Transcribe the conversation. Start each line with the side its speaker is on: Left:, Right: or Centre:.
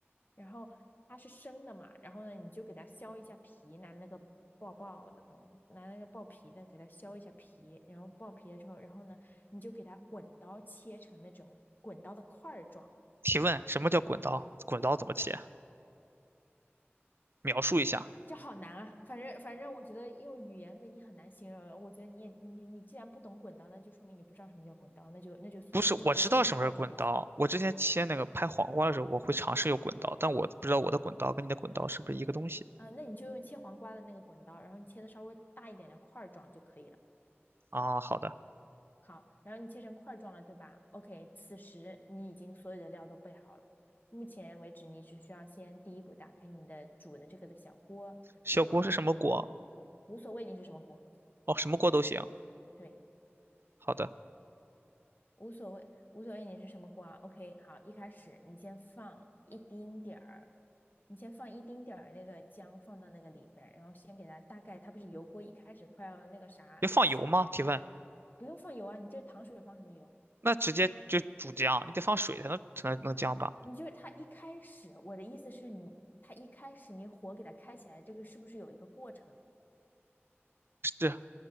Left: 然后它是生的嘛，然后呢你就给它削一下皮，拿那个爆爆的东西，拿那个爆皮的给它削一下皮，然后爆皮了之后，然后呢你就给它滚刀切成那种滚刀的块状。
Right: 提问：什么叫滚刀？滚刀怎么切？描述一下。
Left: 这好难啊！反正反正，我觉得用语言给你很难形容。我觉得你也你你既然不懂滚刀，那就说明你不知道什么叫滚刀，那就那就算了，
Right: 不是，
Left: 你就给它切成块状就行。
Right: 我知道什么是滚刀。我之前切那个拍黄瓜的时候，我会尝试用滚刀，但我不知道我的滚刀跟你的滚刀是不是一个东西
Left: 呃，那你就用切黄瓜的那个滚刀，然后你切的稍微大一点的块儿状就可以了。
Right: 啊？好的，
Left: 好，然后你切成块儿状了，对吧？OK，此时你已经所有的料都备好了。目前为止，你只需要先第一步打开你的煮的这个的小锅，
Right: 小锅是什么锅？
Left: 然后呢，无所谓你是什么锅，
Right: 哦，什么锅都行。
Left: 对，
Right: 好的，
Left: 无所谓，无所谓你是什么锅 o k 好，一开始你先放一丁点儿，你先放一丁点儿那个姜放到那个里面，然后先给它大概，它不是油锅一开始快要那个啥，
Right: 要放油吗？
Left: 是
Right: 提问。
Left: 不用放油啊，你这糖水放什么油？
Right: 那直接就煮姜，你得放水才能才能能姜吧？
Left: 你就是它一开始，我的意思是你，它一开始你火给它开起来，这个是不是有一个过程？
Right: 是，